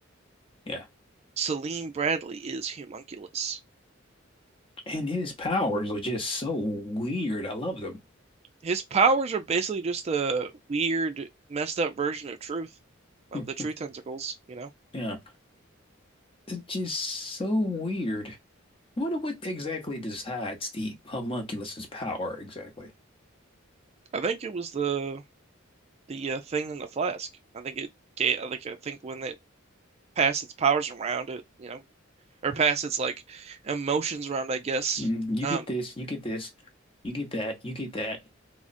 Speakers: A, on the left; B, on the right.
A: Yeah.
B: Selim Bradley is Humunculus.
A: And his powers are just so weird. I love them.
B: His powers are basically just a weird, messed up version of Truth, of
A: <laughs>
B: the truth Tentacles. You know,
A: Yeah. It's just so weird. I wonder what exactly decides the homunculus's power exactly.
B: I think it was the the uh, thing in the flask. I think it gave. I think I think when it passed its powers around, it you know, or passed its like emotions around. I guess.
A: Mm, you
B: Um,
A: get this, you get this, you get that, you get that.